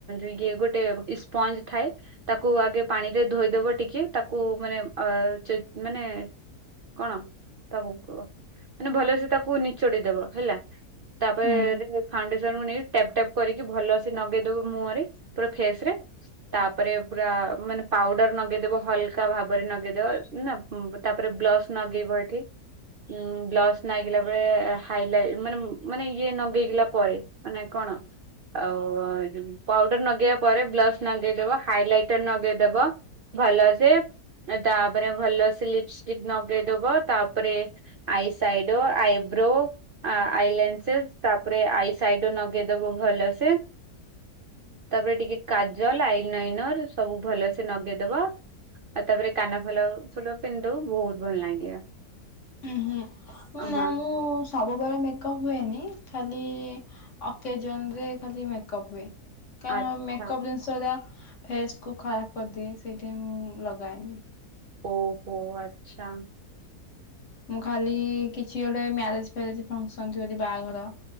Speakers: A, on the right (about 80°); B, on the left (about 50°).
A: ଇଏ ଗୋଟେ ସ୍ପଞ୍ଜ ଥାଏ। ତାକୁ ଆଗେ ପାଣି ରେ ଧୋଇଦବ ଟିକେ ତାକୁ ମାନେ ଅ <unintelligible> ମାନେ କଣ ତାକୁ ମାନେ ଭଲସ ତାକୁ ନିଚୋଡି ଦବ ହେଲା। ରେ
B: ହୁଁ
A: <unintelligible> ଫାଣ୍ଡେସନ ଜଣକୁ ନେଇ ଟେପ ଟେପ କରିକି ଭଲ ସେ ନଗେଇଦବ ମୁହରେ ପୁରା ଫେସ ରେ ତାପରେ ପୁରା ମାନେ ପାଉଡର ନଗେଇଦବ ହଲକା ଭାବରେ ନଗେଇଦବ ନା ତାପରେ ବ୍ଲସ୍ ନଗେଇବ ଏଠି। ଉଁ ବ୍ଲସ ନାଗିଲା ବେଳେ ହାଇଲାଇଟ ମାନେ ମାନେ ଇଏ ନଗେଇଗଲା ପରେ ମାନେ କଣ? ଆଉ ପାଉଡର ନଗେଇବା ପରେ ବ୍ଲସ ନଗେଇଦବ, ହାଇଲାଇଟର ନଗେଇଦବ। ଭଲ ସେ ତାପରେ ଭଲ ସେ ଲିପଷ୍ଟିକ ନଗେଇଦବ। ତାପରେ eye side eyebrow eye lenses ତାପରେ ଆଇ ସାଇଡ ଲଗେଇଦବୁ ଭଲ ସେ। ତାପରେ ଟିକେ କାଜଲ ଆଇନାଇନର ସବୁ ଭଲସେ ନଗେଇଦବ। ଆଉ ତାପରେ କାନ ଫଲ ଫୁଲ ପିନ୍ଧିଦବୁ ବହୁତ ଭଲ ଲାଗିବ।
B: ଉଂ ହୁଁ ମୁଁ ନା
A: ହଁ
B: ମୁଁ ସବୁବେଳେ ମେକ୍ କ ହୁଏନି ଖାଲି ଓକେଜନ ରେ ଖାଲି ମେକପ ହୁଏ। କଣ
A: ଆଚ୍ଛା।
B: ମେକଅପ ଜିନଷ ଯା ଫେସ କୁ ଖରାପ କରିଦିଏ ସେଥିପାଇଁ ମୁଁ ଲଗାଏନି।
A: ଓହୋ ଆଚ୍ଛା।
B: ମୁଁ ଖାଲି କିଛି ଗୋଟେ ମ୍ୟାରେଜ ଫ୍ୟାରେଜ ଫଙ୍କସନ ଥିବ ଯଦି ବାହାଘର